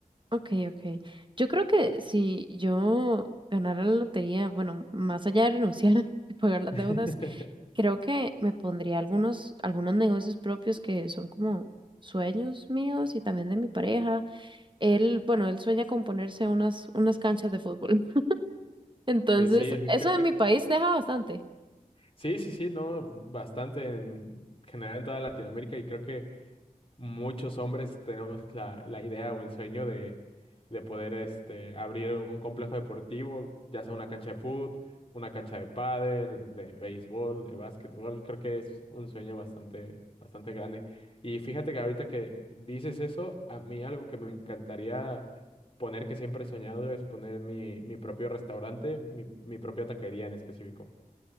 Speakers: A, on the right; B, on the left.
A: Ok, ok. Yo creo que si yo ganara la lotería, bueno, más allá de renunciar <laughs> y pagar las
B: <laughs>
A: deudas, creo que me pondría algunos, algunos negocios propios que son como sueños míos y también de mi pareja. Él, bueno, él sueña con ponerse unas, unas canchas de fútbol. <laughs> Entonces,
B: Eh, sí, sí,
A: eso
B: cre-
A: en mi país deja bastante.
B: Sí, sí, sí, no, bastante en general en toda Latinoamérica y creo que muchos hombres tenemos la, la idea o el sueño de, de poder este, abrir un complejo deportivo, ya sea una cancha de fútbol, una cancha de pádel, de béisbol, de básquetbol, creo que es un sueño bastante, bastante grande. Y fíjate que ahorita que dices eso, a mí algo que me encantaría poner, que siempre he soñado, es poner mi, mi propio restaurante, mi, mi propia taquería en específico.